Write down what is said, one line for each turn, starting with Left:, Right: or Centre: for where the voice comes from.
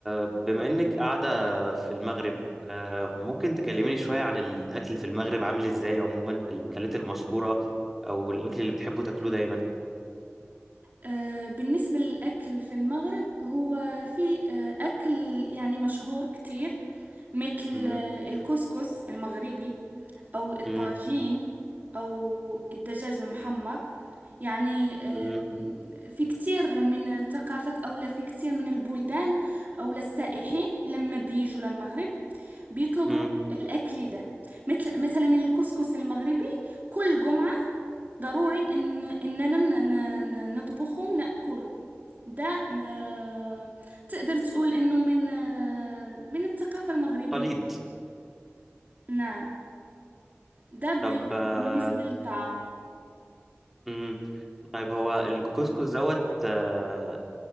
Centre: بما إنك قاعدة في المغرب آه، ممكن تكلميني شوية عن الأكل في المغرب عامل إزاي عموما الأكلات المشهورة أو الأكل اللي بتحبوا تاكلوه دايما
Right: آه، بالنسبة للأكل في المغرب هو في آه، أكل يعني مشهور كتير مثل آه،
Centre: مم،
Right: الكسكس المغربي أو الطاجين
Centre: مم،
Right: أو الدجاج المحمر يعني آم،
Centre: مم،
Right: في كتير من الثقافات أو لا في كتير من البلدان أو لا السائحين لما بيجوا للمغرب بيطلبوا
Centre: مم.
Right: الأكل ده مثل مثلا الكسكس المغربي كل جمعة ضروري ان اننا ن- ن- ن- نطبخه ناكله ده م- تقدر تقول انه من من الثقافة المغربية
Centre: قليد
Right: نعم ده ب-
Centre: طب آه،
Right: بالنسبة للطعام
Centre: مم. طيب هو الكسكس دوت آه،